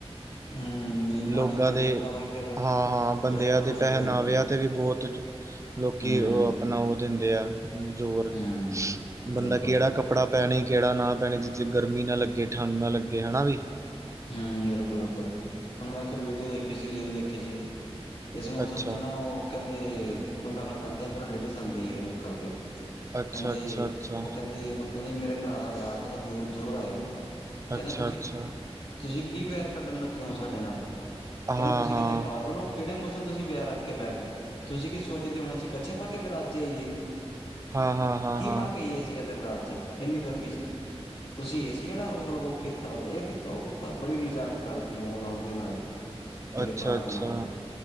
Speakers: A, on the left; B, on the right.
A: ਹੂੰ। ਮੀਂਹ
B: ਲੋਗਾਂ
A: ਪਾਣੀ ਖੜ
B: ਦੇ
A: ਜਾਂਦਾ ਉਹੀ ਫਿਰ
B: ਹਾਂ-ਹਾਂ ਬੰਦਿਆਂ
A: ਟ੍ਰੈਫਿਕ ਹੋਣੀ
B: ਦੇ
A: ਸ਼ੁਰੂ
B: ਪਹਿਨਾਵਿਆਂ
A: ਹੋ ਜਾਂਦੀ ਹੈ
B: ਤੇ ਵੀ ਬੋਹਤ ਲੋਕੀ
A: ਹੂੰ
B: ਓ ਆਪਣਾ ਓ ਦਿੰਦੇ ਆ ਜ਼ੋਰ
A: ਹੂੰ
B: ਬੰਦਾ
A: ਬਿਲਕੁਲ
B: ਕੇੜਾ ਕੱਪੜਾ ਪੈਣੀ ਕੇੜਾ ਨਾ ਪੈਣੀ ਜਿੱਥੇ ਗਰਮੀ ਨਾ ਲੱਗੇ ਠੰਡ ਨਾ ਲੱਗੇ ਹਨਾ ਵੀ।
A: ਹੂੰ ਬਿਲਕੁਲ-ਬਿਲਕੁਲ। ਹੁਣ ਮੈਂ ਇੱਕ ਵੀਡੀਓ ਦੇਖੀ ਸੀ ਰੀਲ ਦੇਖੀ ਸੀ ਇਸ ਮੌਸਮ
B: ਅੱਛਾ
A: ਚੱ ਨਾ ਉਹ ਕਹਿੰਦੇ ਕੁੰਡਾ ਖੜਕਾਂਦੇ ਆ ਅੰਦਰੋਂ ਲੇਡੀਜ਼ ਆਂਦੀ ਆ ਨਿਕਲ ਕੇ ਕਹਿੰਦੇ
B: ਅੱਛਾ, ਅੱਛਾ, ਅੱਛਾ,
A: ਉਹ ਕਹਿੰਦੀ ਇਹਨੂੰ ਕਹਿੰਦੀ ਮੇਰੇ ਭਰਾ ਦਾ ਵਿਆਹ ਕਹਿੰਦੇ ਜ਼ਰੂਰ ਆਇਓ ਕਹਿੰਦੇ
B: ਅੱਛਾ,
A: ਤੁਸੀਂ
B: ਅੱਛਾ,
A: ਤੁਸੀਂ ਕੀ ਵੇਰ ਕੱਢਣ ਲੱਗੇ ਹੋ ਨਾਲ
B: ਹਾਂ,
A: ਕਹਿੰਦੇ
B: ਹਾਂ,
A: ਕਿਤੇ ਪਾਗਲ ਹੋ ਕਿਹੜੇ ਮੌਸਮ ਅਸੀਂ ਵਿਆਹ ਰੱਖ ਕੇ ਬੈਹ ਗਏ ਤੁਸੀਂ ਕੀ ਸੋਚਦੇ ਹੁਣ ਅਸੀਂ ਕੱਛੇ ਪਾਕੇ ਬਰਾਤ ਚੱ ਆਈਏ‌।
B: ਹਾਂ, ਹਾਂ, ਹਾਂ,
A: ਕੀ
B: ਹਾਂ।
A: ਪਾ ਕੇ ਆਈਏ ਸੀਂ ਕਹਿੰਦੇ ਬਰਾਤ ਚੱ ਇੰਨੀ ਗਰਮੀਂ ਚੱ ਤੁਸੀਂ ਏਸੀ ਵਾਲਾ ਹੋਲ ਬੁੱਕ ਕੀਤਾ ਵਾ ਇਹ ਤਾਂ ਉਹ ਕੀਤਾ ਬੜੀ ਮਜ਼ਾਕ ਕਰਦੀ ਆ ਉਹ ਲਾਉਂਦੀ ਉਹਨਾਂ ਦੀ ਜਿਹੜੇ
B: ਅੱਛਾ,
A: ਕਾਰਡ
B: ਅੱਛਾ,
A: ਦੇਣ ਆਉਂਦੇ ਆ।